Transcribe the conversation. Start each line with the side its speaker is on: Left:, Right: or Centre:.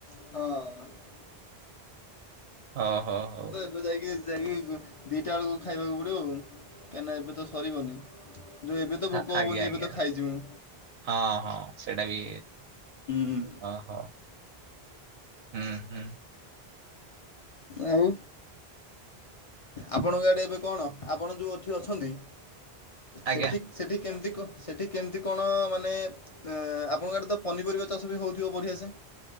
Left: ହଁ।
Right: ଓ ହ ହଉ।
Left: ତୁ ଯାଇକି ଯାଇକି ଦି ଟା ବେଳକୁ ଖାଇବାକୁ ପଡ଼ିବ ଆଉ କାହିଁକିନା ଏବେ ତ ସରିବନି। ଯୋଉ ଏବେ ତ ଭୋକ
Right: ଆ- ଆଜ୍ଞା
Left: ହବନି
Right: ଆଜ୍ଞା
Left: ଏବେ ତ ଖାଇଚି ମୁଁ।
Right: ହଁ, ହଁ, ସେଇଟା ବି
Left: ହୁଁ
Right: ଅ ହଁ। ହୁଁ, ହୁଁ।
Left: ଆଉ ଆପଣଙ୍କ ଆଡେ ଏବେ କଣ ଆପଣ ଯେଉଁ ଏଠି ଅଛନ୍ତି
Right: ଆଜ୍ଞା
Left: ସେଠି ସେଠି କେମିତି କଣ ସେଠି କେମିତି କଣ ମାନେ ଆପଣଙ୍କ ଆଡ଼େ ତ ପନିପରିବା ଚାଷ ବି ହେଉଥିବ ବଢ଼ିଆ ସେ?